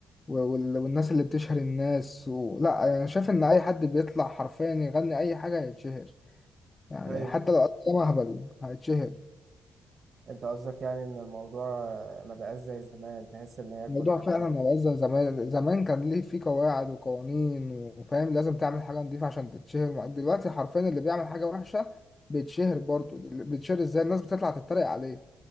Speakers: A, on the left; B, on the right.
A: وال- والناس اللي بتشهر الناس و... لا يعني انا شايف ان اي حد بيطلع حرفيا يغني اي حاجه هيتشهر يعني
B: ايوه
A: حتى لو قدم اهبل هيتشهر
B: انت قصدك يعني ان الموضوع ما بقاش زي زمان تحس ان هي
A: الموضوع
B: كل حاجه
A: فعلا ما بقاش زي زمان زمان كان ليه في قواعد وقوانين وفاهم لازم تعمل حاجه نضيفه عشان تتشهر ما- دلوقتي حرفيا اللي بيعمل حاجه وحشه بيتشهر برضه اللي بيتشهر ازاي الناس بتطلع تتريق عليه